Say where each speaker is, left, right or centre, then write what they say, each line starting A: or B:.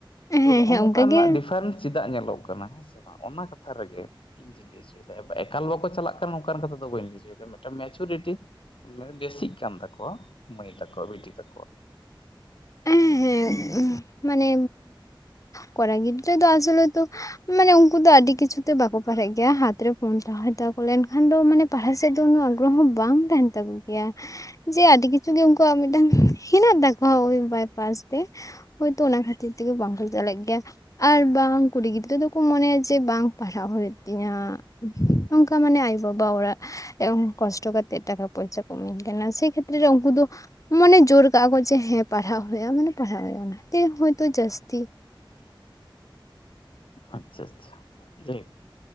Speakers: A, on the left; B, on the left.
A: ᱦᱮᱸ
B: ᱛᱚ
A: ᱦᱮᱸ
B: ᱱᱚᱜᱼᱚ
A: ᱦᱮᱸ
B: ᱱᱚᱝᱠᱟᱱᱟᱜ
A: ᱚᱱᱠᱟᱜᱮ
B: ᱰᱤᱯᱷᱟᱨᱮᱱᱥ ᱪᱮᱫᱟᱜ ᱧᱮᱞᱚᱜ ᱠᱟᱱᱟ ᱦᱮᱸ ᱥᱮ ᱵᱟᱝ ᱚᱱᱟ ᱠᱟᱛᱷᱟ ᱨᱮᱜᱮ <unintelligible> ᱮᱠᱟᱞ ᱵᱟᱠᱚ ᱪᱟᱞᱟᱜ ᱠᱟᱱᱟ ᱱᱚᱝᱠᱟᱱ ᱠᱟᱛᱷᱟ ᱫᱚ ᱵᱟᱹᱧ ᱞᱟᱹᱭᱪᱚᱭᱫᱟ ᱢᱤᱫᱴᱟᱝ ᱢᱮᱪᱩᱨᱤᱴᱤ ᱡᱟᱱᱮ ᱵᱮᱥᱤᱜ ᱠᱟᱱ ᱛᱟᱠᱚᱣᱟ ᱢᱟᱹᱭ ᱛᱟᱠᱚᱣᱟᱜ ᱵᱤᱴᱤ ᱛᱟᱠᱚᱣᱟᱜ
A: ᱮᱦᱮᱸ ᱢᱟᱱᱮ ᱠᱚᱲᱟ ᱜᱤᱫᱽᱨᱟᱹ ᱫᱚ ᱟᱥᱚᱞᱮ ᱛᱚ ᱢᱟᱱᱮ ᱩᱝ ᱩᱱᱠᱩ ᱫᱚ ᱟᱹᱰᱤ ᱠᱤᱪᱷᱩ ᱛᱮ ᱵᱟᱠᱚ ᱯᱟᱲᱦᱟᱜ ᱜᱮᱭᱟ ᱦᱟᱛ ᱨᱮ ᱯᱷᱳᱱ ᱛᱟᱦᱮᱸ ᱛᱟᱠᱚ ᱞᱮᱱᱠᱷᱟᱱ ᱫᱚ ᱢᱟᱱᱮ ᱯᱟᱲᱦᱟᱜ ᱥᱮᱫ ᱫᱚ ᱟᱜᱨᱚᱦᱚ ᱵᱟᱝ ᱛᱟᱦᱮᱱ ᱛᱟᱠᱚ ᱜᱮᱭᱟ ᱡᱮ ᱟᱹᱰᱤ ᱠᱤᱪᱷᱩ ᱜᱮ ᱩᱱᱠᱩᱣᱟᱜ ᱢᱤᱫᱴᱟᱝ ᱦᱮᱱᱟᱜ ᱛᱟ ᱠᱚ ᱳᱭ ᱵᱟᱭᱯᱟᱥ ᱛᱮ ᱦᱳᱭᱛᱚ ᱚᱱᱟ ᱠᱷᱟᱹᱛᱤᱨ ᱛᱮᱜᱮ ᱵᱟᱝ ᱦᱩᱭ ᱫᱟᱲᱮᱜ ᱜᱮᱭᱟ ᱟᱨ ᱵᱟᱝ ᱠᱩᱲᱤ ᱜᱤᱫᱽᱨᱟᱹ ᱫᱚᱠᱚ ᱢᱚᱱᱮᱭᱟ ᱡᱮ ᱵᱟᱝ ᱯᱟᱲᱦᱟᱜ ᱦᱩᱭᱩᱜ ᱛᱤᱧᱟ ᱚᱱᱠᱟ ᱢᱟᱱᱮ ᱟᱭᱳ ᱵᱟᱵᱟ ᱚᱲᱟᱜ ᱚᱝ ᱠᱚᱥᱴᱚ ᱠᱟᱛᱮᱜ ᱴᱟᱠᱟ ᱯᱚᱭᱥᱟ ᱠᱚ ᱤᱢᱟᱹᱧ ᱠᱟᱱᱟ ᱥᱮ ᱠᱷᱮᱛᱨᱮ ᱨᱮ ᱩᱱᱠᱩ ᱫᱚ ᱢᱚᱱᱮ ᱡᱳᱨ ᱠᱟᱜᱼᱟ ᱠᱚ ᱡᱮ ᱦᱮᱸ ᱯᱟᱲᱦᱟᱜ ᱦᱩᱭᱩᱜᱼᱟ ᱢᱟᱱᱮ ᱯᱟᱲᱦᱟᱜ ᱦᱩᱭᱩᱜᱼᱟ ᱚᱱᱟᱛᱮ ᱦᱳᱭᱛᱳ ᱡᱟᱹᱥᱛᱤ
B: ᱟᱪᱪᱷᱟ ᱟᱪᱪᱷᱟ ᱡᱟᱭ ᱦᱳᱠ᱾